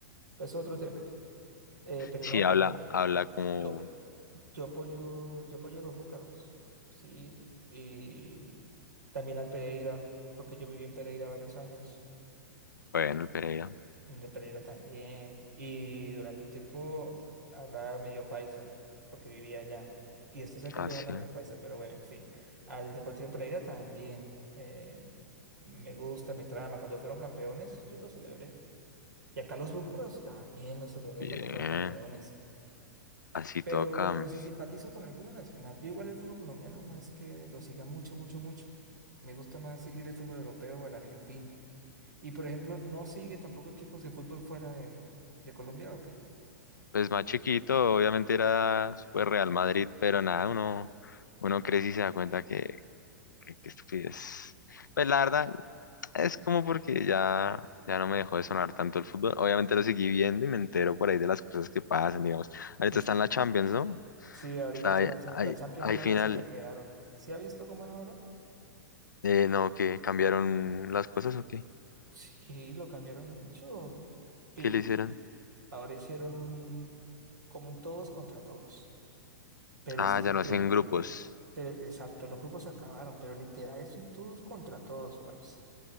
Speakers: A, on the right; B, on the left.
A: Pero eso es otro tema. Eh, pero
B: sí
A: no,
B: habla,
A: yo,
B: habla como,
A: yo, yo apoyo, yo apoyo a los búcaros, sí, y también al Pereira, porque yo viví en Pereira varios años.
B: bueno, el Pereira,
A: de Pereira también. Y durante un tiempo hablaba medio paisa, porque vivía allá. Y este sé que
B: así,
A: yo hablo medio paisa, pero bueno, en fin. Al Deportivo Pereira también. eh, me gusta, me trama. Cuando fueron campeones, yo lo celebré. Y acá los Búcaros también lo celebré
B: bien,
A: cuando fueron campeones.
B: así toca.
A: Pero, pero si simpatizo con alguno nacional, yo igual el fútbol colombiano no es que lo siga mucho, mucho, mucho. Me gusta más seguir el fútbol europeo o el argentino. Y por ejemplo, ¿no sigue tampoco equipos de fútbol fuera de, de Colombia o qué?
B: pues más chiquito, obviamente era súper Real Madrid, pero nada, uno, uno crece y se da cuenta que, que, que estupidez. Pues la verdad, es como porque ya, ya no me dejó de sonar tanto el fútbol. Obviamente lo seguí viendo y me entero por ahí de las cosas que pasan, digamos. Ahorita
A: Sí, sí.
B: está en la Champions, ¿no?
A: Sí, ahorita
B: Está
A: está
B: ahí,
A: la, cha-
B: ahí-
A: la Champions
B: ahí
A: rara
B: final.
A: esa que crearon. ¿Sí ha visto cómo es ahora?
B: Eh, no, que cambiaron las cosas o qué?
A: Sí, lo cambiaron mucho. Pille,
B: ¿Qué le hicieron?
A: ahora hicieron un como un todos contra todos. Pero
B: Ah,
A: es literal.
B: ya no hacen grupos.
A: Pero exacto, los grupos se acabaron, pero literal es un todos contra todos, parce.